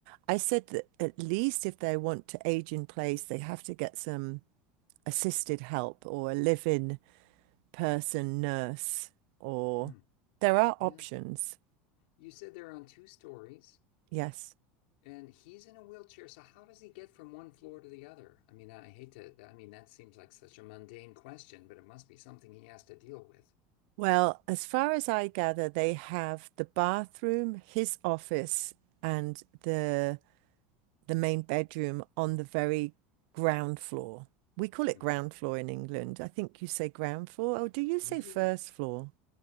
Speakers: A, on the right; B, on the left.
A: I said that at least if they want to age in place, they have to get some assisted help or a live-in person, nurse, or
B: Hmm.
A: there are
B: yeah.
A: options.
B: You said they're on two stories.
A: Yes.
B: And he's in a wheelchair, so how does he get from one floor to the other? I mean, I hate to, I mean, that seems like such a mundane question, but it must be something he has to deal with.
A: Well, as far as I gather, they have the bathroom, his office, and the the main bedroom on the very ground floor. We call it
B: Hmm.
A: ground floor in England. I think you say ground floor. Oh, do you
B: You,
A: say first floor?